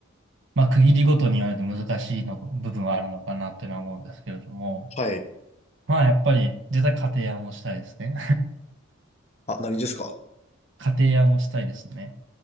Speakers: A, on the right; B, on the left.
A: まあ、区切りごとに言われて難しいの、部分はあるのかなっていうのは思うんですけれども、
B: はい。
A: まあ、やっぱり、絶対家庭は持ちたいですね。
B: あ、何ですか
A: <laughs> 家庭は持ちたいですね。